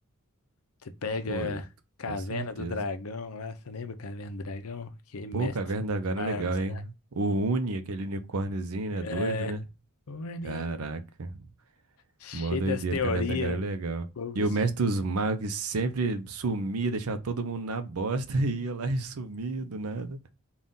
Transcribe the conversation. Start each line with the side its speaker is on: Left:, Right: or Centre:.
Left: Você pega
Right: Pô,
Left: Caverna
Right: com certeza.
Left: do Dragão lá, você lembra Caverna do Dragão? Que é mestre
Right: Pô, Caverna
Left: dos
Right: da Gaara
Left: magos,
Right: é legal, hein?
Left: né?
Right: O Uni, aquele unicórniozinho, né?
Left: É.
Right: Doido, né?
Left: Orne,
Right: Caraca.
Left: cheio
Right: Mó doideira,
Left: das teorias.
Right: Caverna da Gaara é legal.
Left: O povo,
Right: E
Left: esse-
Right: o Mestre dos Magos que sempre sumia, deixava todo mundo na bosta <laughs> e ia lá e sumia do nada.